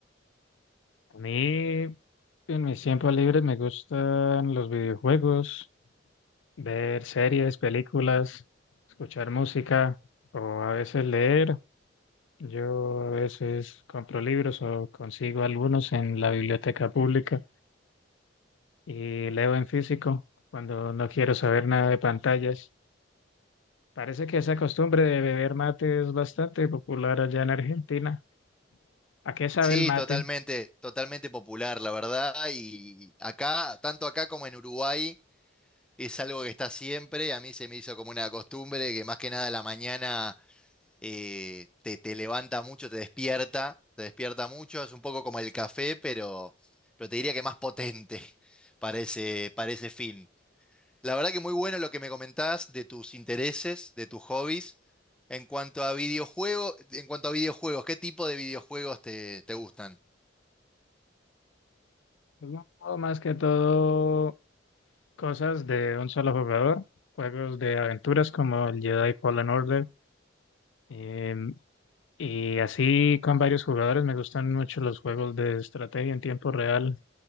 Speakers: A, on the left; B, in the centre.
A: A mí en mis tiempos libres me gustan los videojuegos, ver series, películas, escuchar música o a veces leer. Yo a veces compro libros o consigo algunos en la biblioteca pública y leo en físico cuando no quiero saber nada de pantallas. Parece que esa costumbre de beber mate es bastante popular allá en Argentina. ¿A qué sabe
B: Sí,
A: el mate?
B: totalmente, totalmente popular, la verdad. Y acá, tanto acá como en Uruguay, es algo que está siempre. A mí se me hizo como una costumbre que más que nada a la mañana eh, te, te levanta mucho, te despierta, te despierta mucho. Es un poco como el café, pero, pero te diría que más potente <laughs> para ese, para ese fin. La verdad que muy bueno lo que me comentás de tus intereses, de tus hobbies. En cuanto a videojuegos, en cuanto a videojuegos, ¿qué tipo de videojuegos te, te gustan?
A: Es un juego más que todo cosas de un solo jugador, juegos de aventuras como el Jedi Fallen Order, em, y así con varios jugadores. Me gustan mucho los juegos de estrategia en tiempo real,